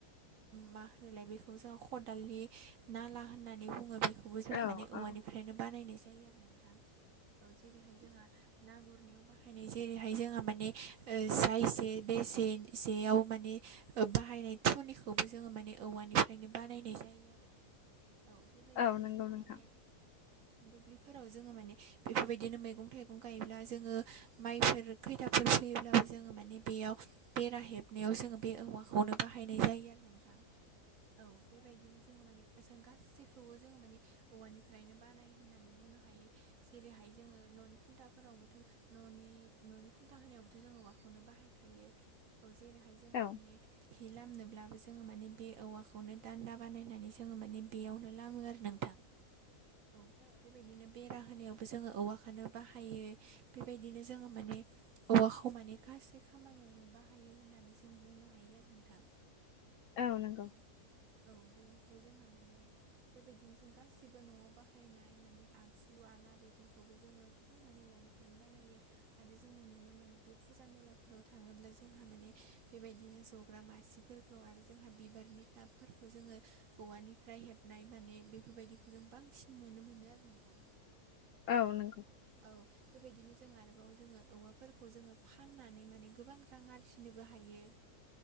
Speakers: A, on the right; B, on the left.
A: मा होनलाय बेखौ जों खदालनि नाला होननानै बुङो बेखौ खौखौबो जोङो
B: औ
A: माने
B: औ
A: औवानिफ्रायनो बानायनाय जायो आरो नोंथां औ जेरैहाय जोंहा ना गुरनायाव बाहायनाय जायो जेरैहाय जोंहा माने ओ जा इसे बेसेसेयाव माने बाहायनाय थनिखौबो जोङो माने औवानिफ्रायनो बानायनाय जायो आरो औ बेबायदिनो
B: औ नंगौ
A: जोंहा
B: नोंथां
A: माने दुब्लिफोराव जोङो माने बेफोरबायदिनो मैगं थाइगं गायोब्ला जोङो माइफोर खैदाफोर फैयोब्लाबो जोङो माने बेयाव बेरा हेबनायाव जोङो बे औवाखौनो बाहायनाय जायो आरो नोंथां औ बेबायदिनो जोङो माने जों गासैखौबो जोङो माने औवानिफ्रायनो बानायो होननानै बुंनो हायो जेरैहाय जोङो न'नि खुन्थाफोरावबोथ' न'नि न'नि खुन्था होनायावबोथ' जोंङो औवाखौनो बाहायखायो औ जेरैहाय जोंहा
B: औ
A: माने हि लामनोब्लाबो जोङो माने बे औवाखौनो दान्दा बानायनानै जोङो माने बेयावनो लामो आरो नोंथां औ बेबायदिनो बेरा होनायावबो जोङो औवाखौनो बाहायो बेबायदिनो जोङो माने औवाखौ माने गासै खामानियावनो बाहायो होननानै नानै जों बुंनो हायो आरो नोंथां
B: औ नंगौ
A: औ बेनिफ्राय जोंहा माने बेबायदिनो जों गासिबो न'आव बाहायनाय माने आगजु आला बेफोरखौबो जोङो गोबां माने औवानिफ्रायनो बानायो आरो जोङो नुनो मोनोदि फुजा मेलाफोराव थाङोब्ला जोंहा माने बेबायदिनो जग ग्रा मासिफोरखौ आरो जोंहा बिबारनि टाबफोरखौ जोङो औवानिफ्राय हेब नाय माने बेफोरबायदिखौ जों बांसिन नुनो मोनो आरो नोंथां
B: औ नंगौ
A: औ बेबायदिनो जों आरोबाव जोङो औवाफोरखौ जोङो फाननानै माने गोबां रां आरजिनोबो हायो